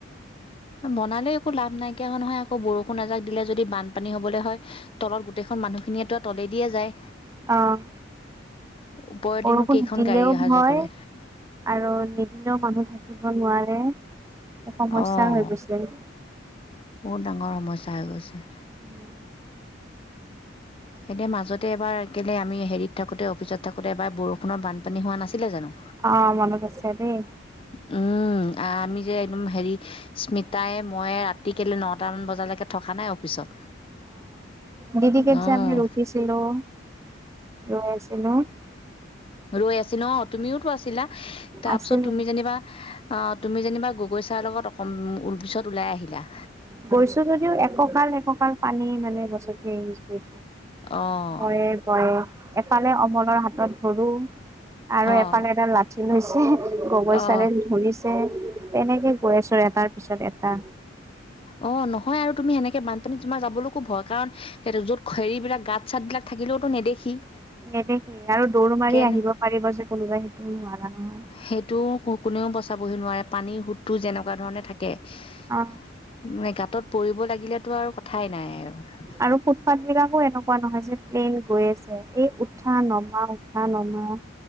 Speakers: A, on the left; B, on the right.
A: বনালেও একো লাভ নাইকিয়া নহয়, আকৌ বৰষুণ এজাক দিলে যদি বানপানী হবলৈ হয় তলত গোটেইখন মানুহখিনিয়েতো‌ তলে দিয়েই যায়।
B: অ'।
A: ওপৰেদিনো
B: বৰষুণ
A: কেইখন
B: দিলেও
A: গাড়ী অহা
B: ভয়,
A: যোৱা কৰে
B: আৰু নিদিলেও মানুহ থাকিব নোৱাৰে। এক সমস্যা
A: অঁ
B: হৈ গৈছে গে।
A: বহুত ডাঙৰ সমস্যা হৈ গৈছে।
B: উম।
A: এতিয়া মাজতে এবাৰ কেলেবআমি হেৰিত থাকোঁতে অফিচত থাকোঁতে এবাৰ বৰষুণত বানপানী হোৱা নাছিলে জানো!
B: অ', মনত আছে দেই।
A: উম, আমি যে একদম হেৰি স্মিতাই মই ৰাতি কেলে নটা মান বজালেকে কে থকা নাই অফিচত
B: দিদিকেত
A: অ'।
B: যে আমি থাকিছিল অ', ৰৈ আছিলে।
A: ৰৈ আছিলোঁ অ', তুমিওতো আছিলা, তাৰপিছত
B: আছিলে
A: তুমি যেনিবা অ', তুমি যেনিবা গগৈ ছাৰৰ লগত অকমান পিছত ওলাই আহিলা।
B: গৈছোঁ যদিও এককাল, এককাল পানী মানে গছকি আহিছোঁ।
A: অঁ
B: ভয়ে, ভয়ে এফালে অমনৰ হাতত ধৰোঁ আৰু
A: অঁ
B: এফালে এডাল লাঠি লৈছে, গগৈ
A: অঁ
B: চাৰে ধৰিছ ছে, তেনেকে গৈ আছোঁ এটাৰ পিছত এটা।
A: অ', নহয় আৰু তুমি সেনেকে বানপানীত তোমাৰ যাবলৈকো ভয় কাৰণ সেইটো য'ত হেৰি বিলাক গাত চাতবিলাক থাকিলেওতো নেদেখি।
B: নেদেখি আৰু দৌৰ মাৰি
A: কেনে
B: আহিব পাৰিব যে কোনোবাই সেইটো নোৱাৰা নহয়।
A: সেইটো কোনেও বচাবহি নোৱাৰে পানীৰ সোঁতটো যেনেকুৱা ধৰণে থাকে। মানে
B: অ
A: গাঁতত পৰিব লাগিলেতো আৰু কথাই নাই আৰু।
B: আৰু ফুটপাথবিলাকো এনেকুৱা নহয় যে প্লেইন গৈ আছে এই উঠা নমা, উঠা নমা।